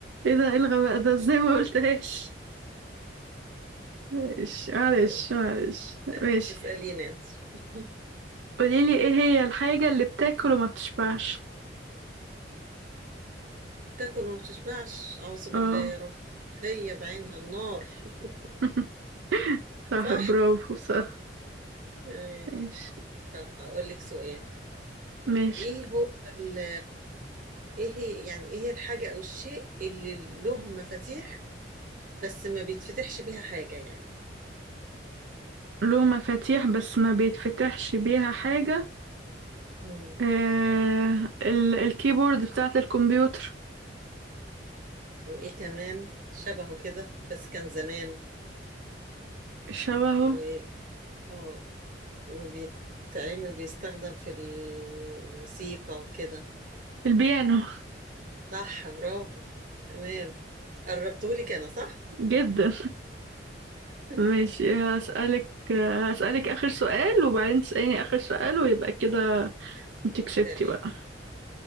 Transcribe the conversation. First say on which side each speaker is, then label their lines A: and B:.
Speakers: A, on the right (about 85°); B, on the right (about 50°).
A: ايه ده ايه الغباء ده ازاي ما قلتهاش ماشي معلش
B: طيب
A: معلش
B: اسأل-
A: ماشي
B: اسأليني انت <laughs>
A: قوليلي ايه هي الحاجة اللي بتاكل وما بتشبعش
B: تاكل وما بتشبعش أعوذ
A: اه
B: بالله يا رب هي بعينها النار <laughs>
A: <laughs> صح
B: صح
A: برافو صح
B: تمام.
A: ماشي
B: طب هقول لك سؤال
A: ماشي
B: ايه هو ال ايه هي يعني ايه هي الحاجة او الشيء اللي له مفاتيح بس ما بيتفتحش بيها حاجة يعني
A: له مفاتيح بس ما بيتفتحش بيها حاجة
B: مم.
A: آه... ال... الكيبورد بتاعة الكمبيوتر
B: وايه كمان شبهه كده بس كان زمان
A: شبهه
B: و اه وبيتعمل بيستخدم في الموسيقى وكده
A: البيانو
B: صح برافو تمام قربتهولي انا صح
A: جدا
B: <laughs>
A: ماشي هسألك هسألك آخر سؤال وبعدين تسأليني آخر سؤال ويبقى كده انت كسبتي
B: تمام
A: بقى